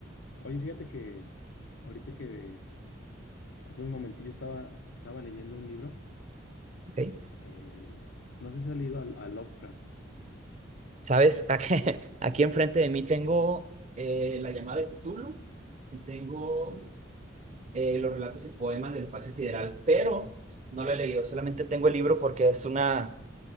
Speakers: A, on the left; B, on the right.
A: Oye, fíjate que ahorita que hace un momentillo estaba, estaba leyendo un libro,
B: Ok.
A: eh, no sé si has leído a, a Lovecraft.
B: ¿Sabes? <laughs> Aquí, aquí enfrente de mí tengo eh, la llamada de Cthulhu y tengo eh, los relatos y poemas del espacio sideral, pero no lo he leído. Solamente tengo el libro porque es una,